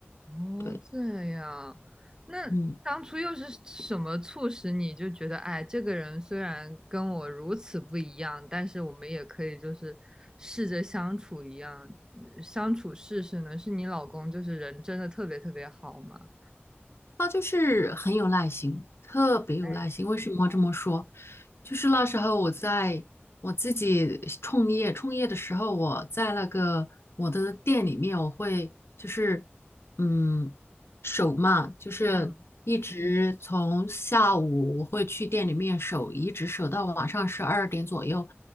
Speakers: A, on the right (about 15°); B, on the left (about 70°).
A: 哦，
B: 对，
A: 这样，那当初又是什么促使你就觉得，
B: 嗯。
A: 哎，这个人虽然跟我如此不一样，但是我们也可以就是试着相处一样，呃相处试试呢？是你老公就是人真的特别特别好吗？
B: 他就是很有耐心，特别有耐心。
A: 哎，
B: 为什么这么说？
A: 哦
B: 就是那时候我在我自己创业，创业的时候，我在那个我的店里面，我会就是嗯守嘛，就是一直从下午我会去店里面守，
A: 嗯，
B: 一直守到晚上十二点左右。